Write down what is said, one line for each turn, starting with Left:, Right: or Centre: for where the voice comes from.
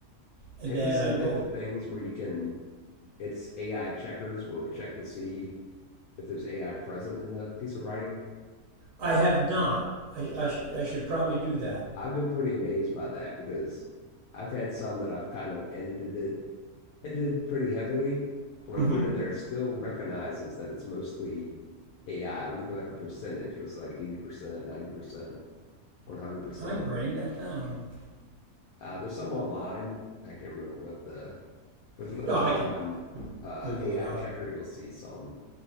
Right: and
Left: Have
Right: then
Left: you seen
Right: I put.
Left: like the things where you can, it's AI checkers where it'll check to see. if there's AI present in a piece of writing.
Right: I have not. I I, sh- I should probably do that.
Left: I've been pretty amazed by that because I've had some that I've kind of edited it, edited pretty heavily. And
Right: Mm-hmm.
Left: when I put it in there, it still recognizes that it's mostly AI. It'll give it like a percentage. It'll say like 80%, 90%, 100%.
Right: I'm writing that down.
Left: Uh, there's some online. I can't remember what the, but if you look
Right: No,
Left: up
Right: I
Left: online,
Right: can
Left: uh,
Right: Google
Left: AI
Right: it up.
Left: checker, you'll see some